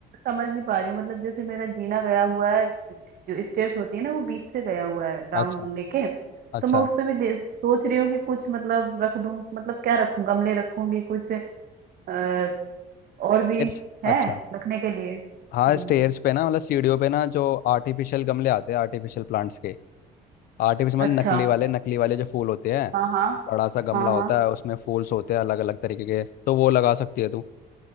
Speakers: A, on the right (about 60°); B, on the left (about 65°).
A: समझ नहीं पा रही हूँ मतलब जैसे मेरा जीना गया हुआ है जो स्टेयर्स होती है ना वो बीच से गया हुआ है राउंड
B: अच्छा
A: लेके
B: अच्छा
A: तो मैं उस पे भी दे, सोच रही हूँ कि कुछ मतलब रख दूँ मतलब क्या रखूँ गमले रखूंगी कुछ आ, और
B: स्टेयर्स
A: भी है
B: अच्छा
A: रखने के लिए हम्म
B: हाँ स्टेयर्स पे ना मतलब सीढ़ियों पे ना जो आर्टिफिशियल गमले आते हैं आर्टिफिशियल प्लांट्स के आर्टिफिशियल
A: अच्छा
B: मतलब नकली वाले नकली वाले जो फूल होते हैं
A: हाँ हाँ
B: बड़ा सा गमला
A: हाँ
B: होता है उसमें फूल्स होते हैं अलग अलग तरीके के तो वो लगा सकती है तू